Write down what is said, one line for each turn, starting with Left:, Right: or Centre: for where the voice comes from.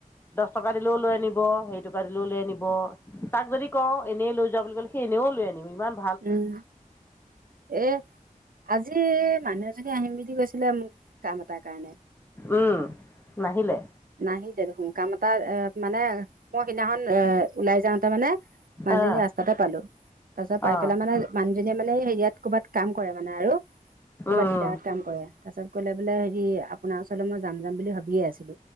Left: লচ টকা দিলেও লৈ আনিব হেৰি টকা দিলেও লৈ আনিব। তাক যদি কওঁ এনেই লৈ যোৱা বুলি ক'লে সেই এনেও লৈ আনিব সি ইমান ভ
Right: উম'। এ' আজি এ' মানুহ এজনী আহিম বুলি কৈছিলে মোক কাম এটাৰ কাৰণে।
Left: উম' নাহিলে?
Right: নাহি দেখোন কাম এটা এ' মানে মই সেইদিনাখন এ' ওলাই যাওঁতে মানে। মানুহজনী
Left: আহ
Right: ৰাস্তাতে পালো তাৰ পিছত পাই
Left: আহ
Right: পেলাই মানে মানুহজনীয়ে মানে হেৰিয়াত কৰ'ৰবাত কাম কৰে মানে আৰু ক'ৰবাত
Left: উম
Right: ডিলাৰত কাম কৰে। তাৰ পিছত কলে বোলে হেৰি আপোনাৰ ওচৰ মই যাম, যাম বুলি ভাবি আছিলো